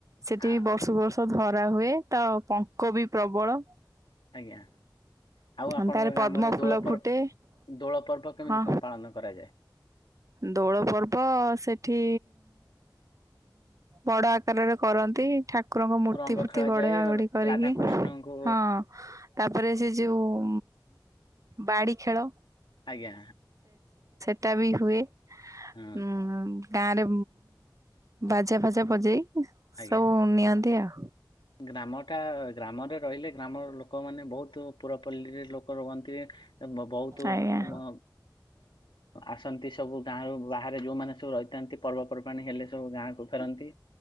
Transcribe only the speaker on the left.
ଆ
ଆଜ୍ଞା ଆଉ
ଆପଣଙ୍କ
ଗ୍ରାମରେ
ଦୋଳ ପର୍ବ
ଦୋଳ ପର୍ବ କେମିତି
କଣ ପାଳନ କରାଯାଏ?
ରଙ୍ଗ
ଖେଳାଯାଏ
ରାଧାକୃଷ୍ଣଙ୍କୁ
ଆଜ୍ଞା
ହଁ
ଆଜ୍ଞା
ଗ୍ରାମଟା ଗ୍ରାମରେ ରହିଲେ ଗ୍ରାମ ଲୋକମାନେ ବହୁତ ପୁରପଲ୍ଲୀରେ ରୁହନ୍ତି ବ ବହୁତ
ହଁ ଆସନ୍ତି ସବୁ ଗାଁରୁ ବାହାରେ ଯୋଉମାନେ ସବୁ ରହିଥାନ୍ତି ପର୍ବପର୍ବାଣି ହେଲେ ସବୁ ଗାଁକୁୁ ଫେରନ୍ତି